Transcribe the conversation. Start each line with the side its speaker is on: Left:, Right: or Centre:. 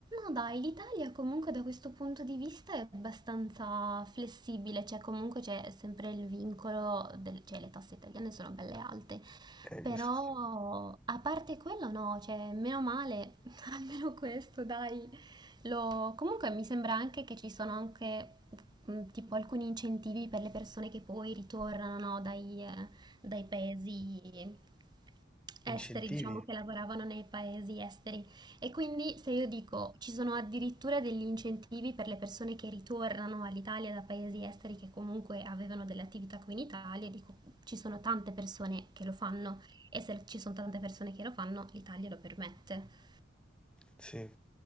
Right: No, dai, l'Italia comunque da questo punto di vista è abbastanza flessibile, cioè comunque c'è sempre il vincolo, del- cioè le tasse italiane sono belle alte,
Centre: eh,
Right: però
Centre: questi
Right: a parte quello no, cioè meno male, <laughs> almeno questo dai. Lo- Comunque mi sembra anche che ci sono anche mm, tipo alcuni incentivi per le persone che poi ritornano no, dai, eh, dai paesi esteri,
Centre: incentivi.
Right: diciamo che lavoravano nei paesi esteri. E quindi se io dico ci sono addirittura degli incentivi per le persone che ritornano all'Italia da paesi esteri che comunque avevano delle attività qui in Italia, dico ci sono tante persone che lo fanno. E se ci sono tante persone che lo fanno, l'Italia lo permette.
Centre: Sì.